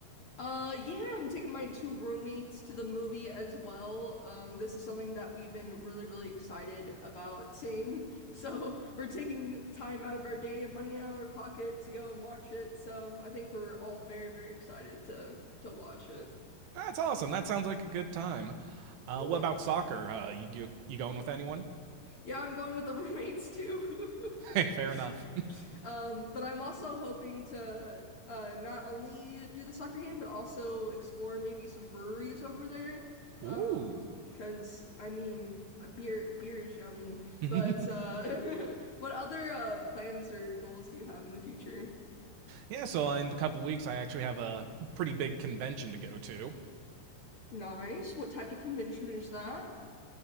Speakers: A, on the left; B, on the right.
A: Uh, yeah, I'm taking my two roommates to the movie as well. Um, this is something that we've been really, really excited about seeing. <laughs> So we're taking time out of our day and money out of our pocket to go and watch it. So I think we're all very, very excited to to watch it.
B: That's awesome. That sounds like a good time. Uh
A: Yeah.
B: what about soccer? Uh you you going with anyone?
A: Yeah, I'm going with the roommates too.
B: Hey,
A: <laughs>
B: <laughs> fair enough.
A: Um, but I'm also hoping to uh, not only do the soccer game, but also explore maybe some breweries over there.
B: <laughs> Ooh.
A: Um, 'cause I mean, uh, beer beer is yummy.
B: <laughs>
A: But uh, <laughs> what other uh, plans or goals do you have in the future?
B: yeah, so in a couple weeks I actually have a pretty big convention to go to.
A: Nice. What type of convention is that?